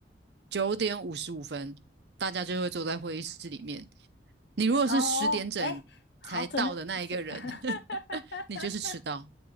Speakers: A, on the right; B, on the left.
A: 九点五十五分大家就会坐在会议室里面。你如果是十点整才到的那一个人，
B: 哦，哎，好准，天，<laughs>
A: <laughs> 你就是迟到，